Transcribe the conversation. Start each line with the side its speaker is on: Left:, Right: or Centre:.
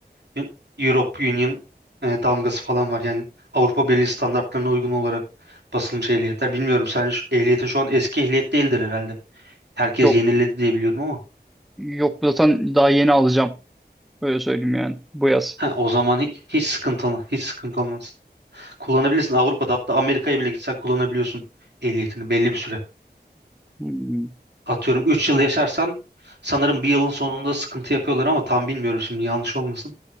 Right: Eu- Europe Union e, damgası falan var. Yani Avrupa Birliği standartlarına uygun olarak basılmış ehliyetler. Bilmiyorum sen şu- ehliyetin şu an eski ehliyet değildir herhalde. Herkes
Centre: Yok
Right: yeniledi diye biliyorum ama.
Centre: Yok zaten daha yeni alacağım. Öyle söyleyeyim yani bu yaz.
Right: Ha, o zaman hiç, hiç sıkıntı olmaz. Hiç sıkıntı olmaz. Kullanabilirsin. Avrupa'da hatta Amerika'ya bile gitsen kullanabiliyorsun ehliyetini belli bir süre.
Centre: Hmm.
Right: Atıyorum 3 yıl yaşarsan sanırım bir yılın sonunda sıkıntı yapıyorlar ama tam bilmiyorum şimdi yanlış olmasın.